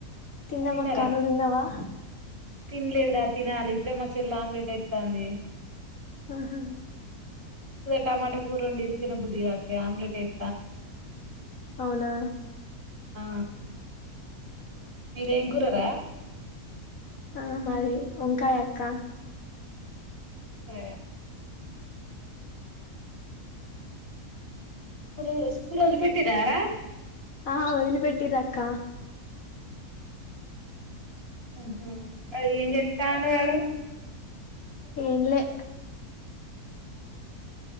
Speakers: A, on the left; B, on the right.
A: తిన్నమక్కనువు
B: తిన్నరా
A: తిన్నవా
B: తినలేదురా తినాలి ఇప్పుడే మ చెల్లి ఆమ్లెట్ ఎస్తాంది
A: ఆ.. హా
B: టమాట కూర వండిర్రు తినబుద్ది కాలె ఎ ఆమ్లెట్ ఎత్
A: అవునా
B: ఆ మీదేంకూరరా
A: ఆ మదీ వంకాయ అక్క
B: ఏ స్కూల్ స్కూల్ వదలి పెట్టీరార
A: ఆ వదిలి పెట్టిర్రు ఆక్క
B: మ్..... హుమ్ ఏం చెత్తాండు వాడు
A: ఏంలే